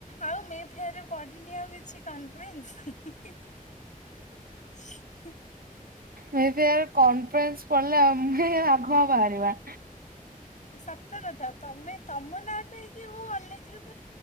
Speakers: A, on the left; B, on the right.
A: ଆଉ ମେ ଫେୟାର ରେ ପଡିିନି ଆଉ କିଛି କନ୍ଫ୍ଲୁଏନ୍ସ। <unintelligible>
B: ମେ ଫେୟାର କମଫରେନ୍ସ ପଡ଼ିଲେ ଆମ ଆଗୁଆ ବାହାରିବା।
A: ସତ କଥା ତମେ ତମ ନାଁ କହିକି ମୁଁ କଲେଜ ରୁ ବି